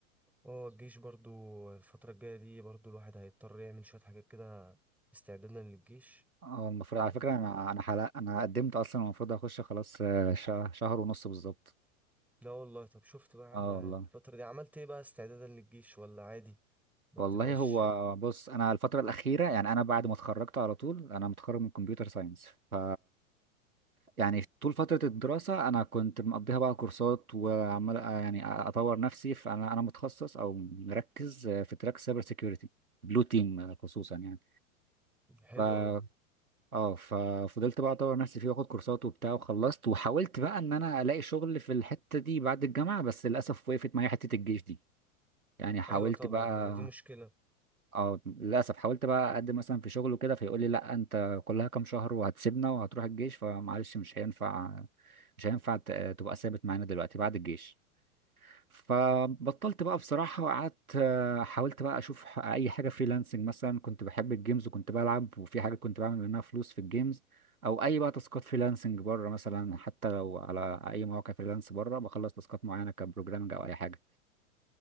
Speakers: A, in the centre; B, on the right.
A: اه الجيش برضو الفتره الجايه دي برضو الواحد هيضطر يعمل شويه حاجات كده استعدادا للجيش
B: اه المفروض على
A: آه،
B: فكره انا انا حلق انا قدمت اصلا المفروض اخش خلاص آه، شه- شهر ونص بالظبط
A: لا والله طب شفت بقى يا عم
B: اه
A: الفتره
B: والله
A: دي عملت ايه بقى استعدادا للجيش ولا عادي ما
B: والله
A: بتبقاش
B: هو بص انا الفتره الاخيره يعني انا بعد ما اتخرجت على طول انا متخرج من كمبيوتر ساينس ف يعني طول فتره الدراسه انا كنت مقضيها بقى كورسات وعمال آه، يعني اطور نفسي فانا انا متخصص او مركز آه، في تراك سايبر سيكيورتي بلو تيم خصوصا
A: حلوه
B: يعني
A: قوي
B: اه ففضلت بقى اطور نفسي فيه واخد كورسات وبتاع وخلصت وحاولت بقى ان انا الاقي شغل في الحته دي بعد الجامعه بس للاسف وقفت معايا حته الجيش دي يعني حاولت
A: ايوه طبعا
B: بقى
A: دي مشكله
B: اه للاسف حاولت بقى اقدم مثلا في شغل وكده فيقول لي لا انت كلها كام شهر وهتسيبنا وهتروح الجيش فمعلش مش هينفع مش هينفع ت- تبقى ثابت معانا دلوقتي بعد الجيش فبطلت بقى بصراحة وقعدت آه، حاولت بقى أشوف ح- أي حاجة فريلانسنج مثلا كنت بحب الجيمز وكنت بلعب وفي حاجة كنت بعمل منها فلوس في الجيمز أو أي بقى تاسكات فريلانسنج بره مثلا حتى لو على أي مواقع فريلانس بره بخلص تاسكات معينة كبروجرامنج أو أي حاجة